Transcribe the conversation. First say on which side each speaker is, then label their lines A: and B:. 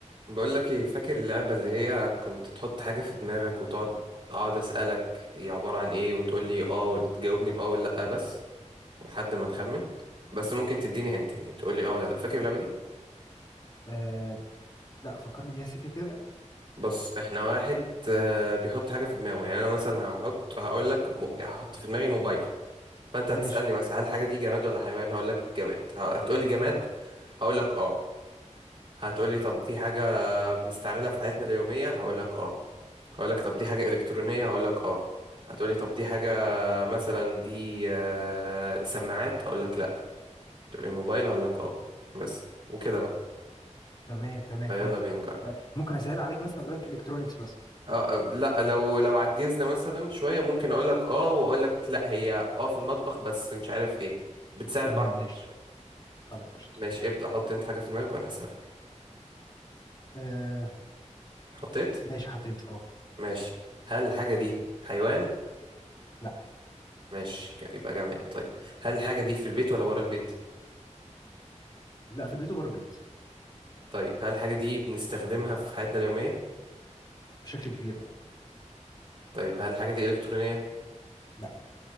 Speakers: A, on the right; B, on the left.
A: بقول لك ايه فاكر اللعبة اللي هي كنت تحط حاجة في دماغك وتقعد اقعد اسألك هي عبارة عن ايه وتقول لي اه وتجاوبني باه ولا لا بس لحد ما نخمن بس ممكن تديني هنت يعني تقول لي اه ولا لا فاكر اللعبة دي
B: آه لا فكرني بيها سيكه كده
A: بص احنا واحد آه، بيحط حاجة في دماغه يعني انا مثلا هحط هقول لك م... يعني هحط في دماغي موبايل فانت هتسألني
B: ماشي
A: مثلا هل الحاجة دي جماد ولا حيوان هقول لك جماد هتقول لي جماد
B: اه
A: هقول لك اه هتقول لي طب دي حاجة بنستعملها في حياتنا اليومية هقول لك اه هقول لك طب دي حاجة إلكترونية هقول لك اه هتقولي طب دي حاجة مثلا دي آه، سماعات هقول لك لا تقولي موبايل هقول لك اه بس وكده بقى
B: تمام تمام
A: فيلا
B: فهمتك
A: بينا نجرب
B: طيب ممكن اسهل عليك مثلا اقول لك الكترونكس مثلا
A: اه آه، لا لو لو عجزنا مثلا شوية ممكن اقول لك اه واقول لك لا هي اه في المطبخ بس مش عارف ايه بتساعد
B: تمام
A: بعض
B: ماشي
A: يعني شوية
B: خلاص قشطه
A: ماشي
B: ماشي
A: ابدأ حط انت حاجة في دماغك وانا هسألك
B: آه
A: حطيت
B: ماشي حطيت اه
A: ماشي هل الحاجة دي حيوان
B: لا
A: ماشي ك- يبقى جامد طيب هل الحاجة دي في البيت ولا بره البيت
B: لا في البيت وبره البيت
A: طيب هل الحاجة دي بنستخدمها في حياتنا اليومية
B: بشكل كبير اه
A: طيب هل الحاجة دي إلكترونية؟
B: لا